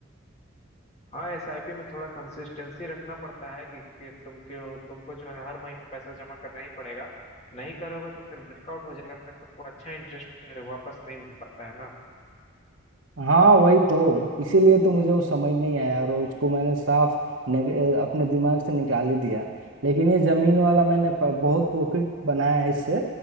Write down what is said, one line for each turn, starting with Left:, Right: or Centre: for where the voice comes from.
Left: हाँ एसआईपी में थोड़ा कंसिस्टेंसी रखना पड़ता है कि, कि तुम क्यों तुमको जो है हर महीने पैसा जमा करना ही पड़ेगा नहीं करोगे तो फिर ब्रेकआउट हो जाएगा फिर तुमको अच्छा इंटरेस्ट वापस नहीं मिल पाता है ना
Right: हाँ वही तो इसीलिए तो मुझे वो समझ नहीं आया और उसको मैंने साफ नेग- अपने दिमाग से निकाल ही दिया लेकिन ये जमीन वाला मैंने प- बहुत प्रॉफिट बनाया है इससे